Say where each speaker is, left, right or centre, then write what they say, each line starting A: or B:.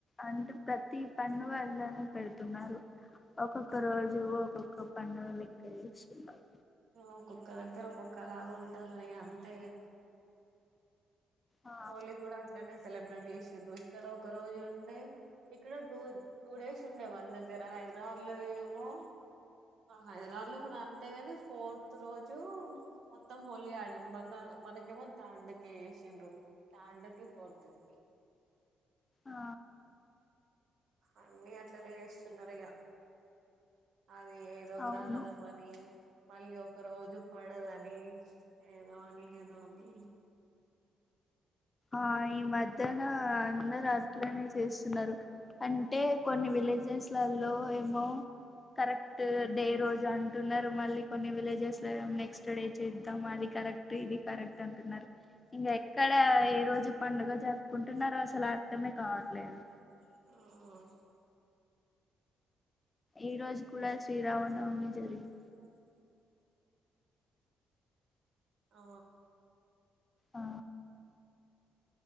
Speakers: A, on the left (about 25°); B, on the right (about 65°).
A: అంటే ప్రతి పండుగ అలానే పెడుతున్నారు ఒక్కొక్క రోజు ఒక్కొక్క పడుగ లెక్క చేస్తున్నారు
B: ఒక్కొక్క దగ్గర ఒక్కొక్కలాగా ఉంటంది అరి అంతే ఇక
A: ఆ
B: హోలీ గూడా అట్లనే సెలబ్రేట్ చేసిరు ఇక్కడ ఒక రోజు ఉండే ఇక్కడ టూ టూ డేస్ ఉండే మన దగ్గర హైదరాబాద్ లో ఏమో హైదరాబాద్ లో కూడా అంతేగాని ఫోర్త్ రోజు మొత్తం హోలీ ఆడి్ర మన మనకేమో థర్డ్ క వసిండ్రు తాడుకి పోర్తుకి
A: ఆ
B: అన్నీ అట్లనే చేస్తున్నారిక అది ఏదో
A: అవును
B: గ్రహణం అని మళ్ళీ ఒక రోజు పడదని ఏదోని ఏదోని
A: ఆ ఈ మధ్యన అందరు అట్లనే చేస్తున్నారు అంటే కొన్ని విలేజెస్లలో ఏమో కరెక్ట్ డే రోజు అంటున్నారు మళ్ళీ కొన్ని విలేజెస్ లోనెక్స్ట్ డే చేద్దాం మళ్ళీ కరెక్ట్ ఇది కరెక్ట్ అంటున్నారు ఇంక ఎక్కడ ఈ రోజు పండుగ జరుపుకుంటున్నారు అసలు అర్థమే కావట్లేదు
B: ఆ
A: ఈ రోజు కూడా శ్రీరామనవమి జరిగింది
B: అ ఆ
A: ఆ